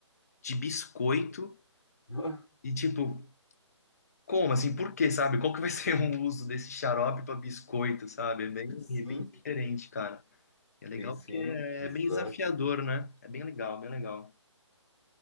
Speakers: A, on the left; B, on the left.
A: de biscoito
B: <laughs>
A: e tipo, como assim? Por quê, sabe? Qual que vai ser o uso desse xarope para biscoito, sabe? É bem,
B: Sim,
A: é bem diferente, cara. É legal
B: e sim,
A: porque é
B: exato.
A: bem desafiador, né? É bem legal, bem legal.